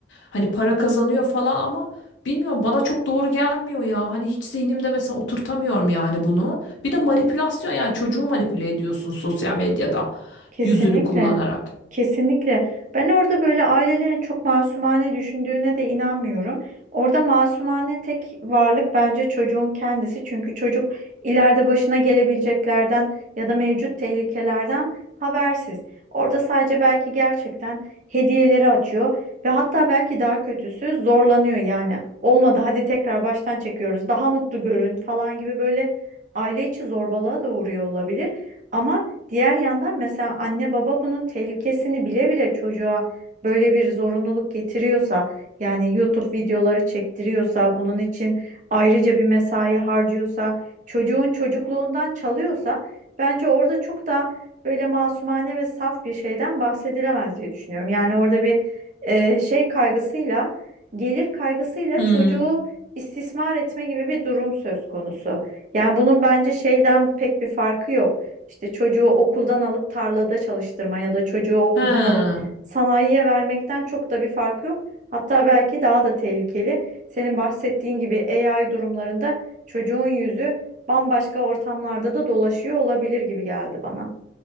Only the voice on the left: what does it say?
Hani para kazanıyor falan ama bilmiyorum bana çok doğru gelmiyor ya. Hani hiç zihnimde mesela oturtamıyorum yani bunu. Bir de manipülasyon yani çocuğu manipüle ediyorsun sosyal medyada
yüzünü kullanarak.
Hmm.
He.